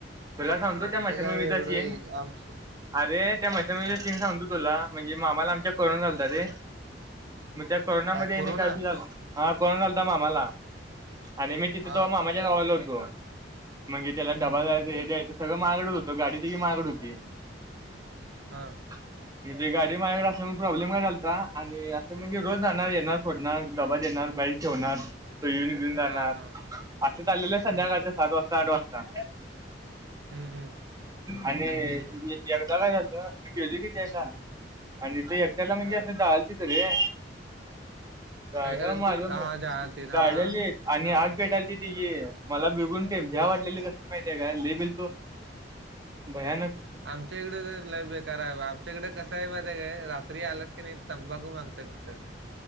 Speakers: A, on the right; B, on the right.
A: तुला सांगतो
B: आमचं
A: त्या मश्यालममीचा
B: काय एवढं
A: सीन
B: एक आमचं
A: अरे त्या मशनममीचा
B: हा
A: सीन सांगतो तुला म्हणजे मामाला आमच्या करून घचालतात रे मग त्या कोरोनामध्ये
B: काय कोरोना
A: का अशी हा कोरोना चाता मग आम्हाला आणि मी तिथे
B: हा
A: तो मामाच्या गावालो होतो म्हणजे त्याला
B: हम्म
A: डबा जा्यायचं
B: हम्म
A: हे द्यायचं सगळं मागड होतं गाडीतही मागड होती
B: हां
A: ह म्हणजे गाडी माझ्याकडे असं प्रॉब्लेम काय चालता आणि असं म्हणजे रोज जाहणार येणार फोडणार डबा येणार बाईक ठेवणार तो येऊन घेऊन जाणार
B: हा हा
A: आ आलेल्या संध्याकाळच्या
B: हम्म
A: सात वाजता आठ वाजता
B: हम्म हम्
A: आणि एकदा काय झालत म घेल किती आला आणि त त्याला म्हणजे
B: हा
A: असं डालते तर रे झाड
B: काय करायल
A: माझ
B: ती हा जाळतील हा
A: झाळली
B: हा
A: आणि
B: हा
A: आग
B: हा
A: भेटाली त तिघी मला बिगुन ते भ्या
B: हा
A: वाटलेली
B: हा
A: कसली माहितीय काय भिलतो भयानक
B: आमच्या इकड तर लय बेकार हाय आमच्या इकड कसंय माहितीय काय रात्री आलास कणी तंबाखू मागत तिथं